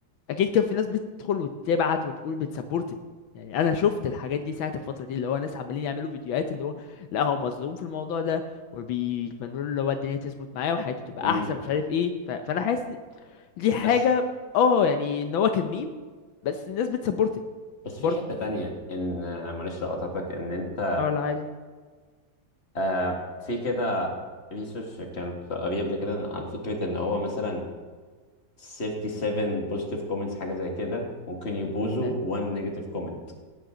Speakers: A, on the left; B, on the left.
A: اكيد كان في ناس بتدخل وتبعت وتقول بتسبورت يعني انا شفت الحاجات دي ساعه الفتره دي اللي هو ناس عمالين يعملوا فيديوهات اللي هو لا هو مظلوم في الموضوع ده وبيتمنوا له اللي هو الدنيا تظبط معاه وحياته تبقى
B: امم
A: احسن مش عارف ايه ف... فانا حاسس إن دي حاجه
B: بس
A: اه يعني ان هو كان ميم بس الناس بتسبورت
B: بس في
A: برضه
B: حتة تانية ان آه، معلش لو قطعتك ان انت
A: اه لا عادي
B: آه في كده ريسيرش كانت قريب كده على فكرة ان هو مثلا 37 بوزيتيف كومنتس حاجة زي كده ممكن يبوظوا
A: اه
B: ب 1 نيجاتيف كومنت